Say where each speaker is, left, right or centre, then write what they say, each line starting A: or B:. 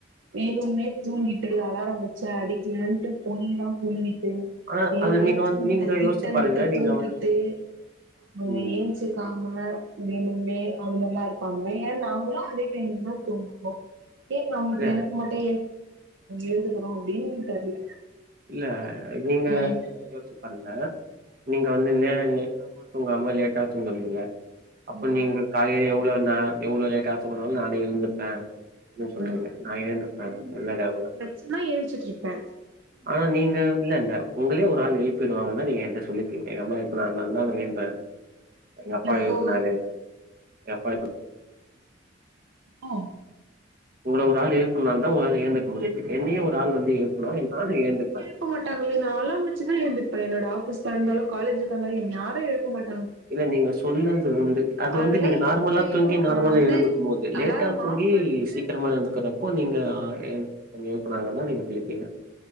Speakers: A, on the right (about 75°); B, on the right (about 50°).
A: வேணும்னே தூங்கிட்டு அலார வச்சு அடிக்கலான்ட்டு பொய்ல்லா புழுவிட்டு
B: ஆனா
A: வேனுன்னே
B: அது நீங்க
A: தூங்கிட்டு
B: வந்து நீங்க
A: திட்டமிட்டு
B: யோசிச்சு பாருங்க
A: தூங்கிட்டு
B: நீங்க வந்து
A: அவ
B: ம்
A: ஏ பச்சக்காமுல்ல வெலுமே அது மாரிலாம் இருப்பாங்க ஏன நாங்களு அதே டேம்தா தூங்குவோ ஏங் நம்எனக்
B: இல்ல
A: மட்டு எழுதுகிறோ அப்படின் தெர்ல
B: இல்ல நீங்க
A: ம்
B: யோச்சு பாருங்க நீங்க வந்து நே நேரமா தூங்காம லேட்டா தூங்குவீங்ள அப்ப
A: ம்
B: நீங்க காய எவ்வளோ நா எவ்ளோ லேட்டா தூங்குனாலு நானே எழுந்துப்ப என்ர சொல்றீங்க
A: ம்
B: நா ஏழுந்துப்பே இல்ல இல்ல அவுங்க
A: ச்சுன்னா ஏஞ்ச்சிட்ருப்ப
B: ஆனா நீங்க இல்லல்ல உங்களே ஒரு ஆள் எழுப்பிடுவாங்கன்னா நீங்க எ ன்ட்ட சொல்லிர்க்கிங்க எங்க அம்மா எழுப்புனாங்கன்தா ஏந்த எங்க அப்பா
A: எப்போ
B: எழுப்புனாரு எ அப்பா ப்பு
A: ஒ
B: உன்ன ஒரு ஆள் எழுப்பண்னால தா உன்னால எழுந்துக்த முடியுது என்னையு ஒரு ஆள் வந்து ஏப்புன்னா என்னாலு ஏந்துப்ப
A: ப்ப மாட்டாங்களே நா அளாம் வெச்சுதா எழுந்துப்ப என்னோட ஆபீஸ்ஸா இருந்தாலு காலேஜ்ஜுக்கா இருந்நதாலு யாரு எழுப்ப மாட்
B: இல்ல நீங்க சொன்னது உண்டு அது
A: அதெல்லா
B: வந்து நீங்க நார்மலா
A: எப்பயோ
B: தூங்கி நார்மலா
A: நா வந்து
B: எழுந்து கும்போது லேட்ஆ
A: அலாரம்
B: தூங்கி
A: ஆஃப் பண்ட்டு
B: சீக்கிரமா எழுந்துக்கற ப்போ நீங்க என்ட்ட எழுப்புனாங்கன்தா நீங்க சொல்லிர்க்கீங்க